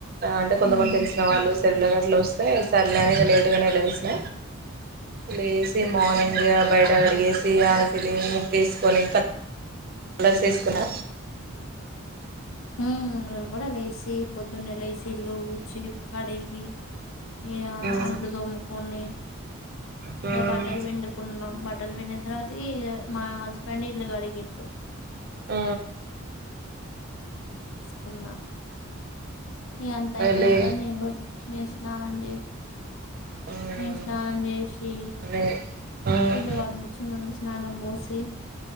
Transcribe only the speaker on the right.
అంటే కొంతమంది
తెలిసిన వాళ్ళు చెల్ల గట్లు వస్తే సర్లే అని ఇగ లేటుగానే లేసిన లేసి మార్నింగె బయట కడిగేసి వాకిలి ముగ్గేసుకొని కలర్స్ ఏసుకున్న
మ్మ్
మ్మ్
ఆ
లే
మ్మ్
లే మ్మ్